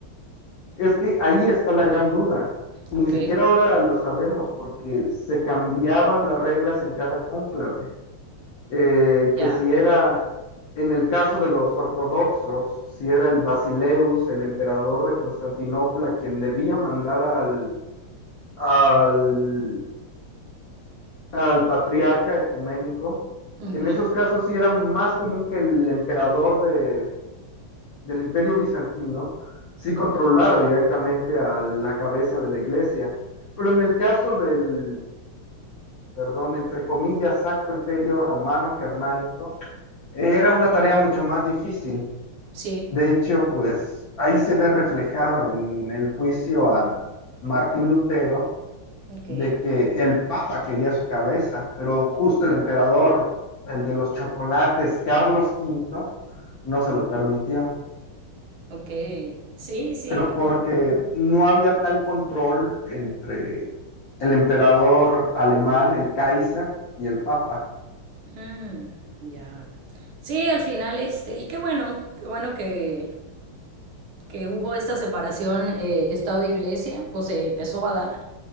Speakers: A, on the left (about 65°); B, on the right (about 75°).
A: Es que ahí está la gran duda. Ni
B: Ok,
A: siquiera ahora lo sabemos porque se cambiaban las reglas en cada cónclave. eh,
B: ya.
A: que si era, en el caso de los ortodoxos, si era el Basileus, el emperador de Constantinopla, quien debía mandar al, al, al patriarca ecuménico,
B: Ujú,
A: en esos casos sí era más común que el emperador de, del imperio bizantino sí controlara directamente a la cabeza de la iglesia. Pero en el caso del, perdón, entre comillas, Sacro Imperio Romano Germánico, Era una tarea mucho más difícil.
B: Sí,
A: De hecho, pues ahí se ve reflejado en el juicio a Martín Lutero
B: ok,
A: de que el Papa quería su cabeza, pero justo el emperador, el de los chocolates, Carlos Quinto, no se lo permitió.
B: ok. Sí, sí.
A: Pero porque no había tal control entre el emperador alemán, el Kaiser, y el Papa.
B: Mm, ya. Sí, al final este, y qué bueno, qué bueno que, que hubo esta separación eh, Estado-Iglesia, o se empezó a dar,